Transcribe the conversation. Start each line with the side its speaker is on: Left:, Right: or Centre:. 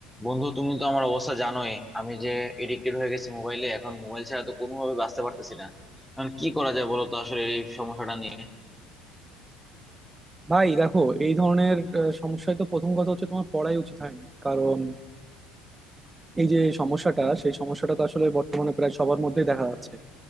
Centre: বন্ধু তুমি তো আমার অবস্থা জানোই আমি যে এডিক্টেড হয়ে গেছি মোবাইলে এখন মোবাইল ছাড়া তো কোনোভাবে বাঁচতে পারতেছি না এখন কি করা যায় বলো তো আসলে এই সমস্যাটা নিয়ে
Right: ভাই দেখো এই ধরনের আহ, সমস্যায় তো প্রথম কথা হচ্ছে তোমার পড়াই উচিত হয়নি কারণ এই যে সমস্যাটা সেই সমস্যাটা তো আসলে বর্তমানে প্রায় সবার মধ্যেই দেখা যাচ্ছে